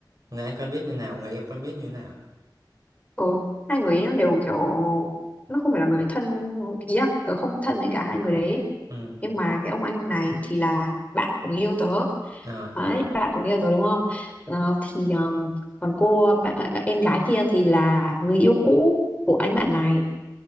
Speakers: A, on the right; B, on the left.
A: Người anh quen biết như nào? Người em quen biết như nào?
B: ừ, hai người ấy nó đều kiểu nó không phải là người thân ý là tớ không thân với cả hai người đấy
A: Ừ.
B: nhưng mà cái ông anh này thì là bạn của người yêu tớ
A: Ờ.
B: đấy bạn của người yêu tớ đúng không Ờ, thì um, còn cô bạn, ờ, em gái kia thì là người yêu cũ của anh bạn này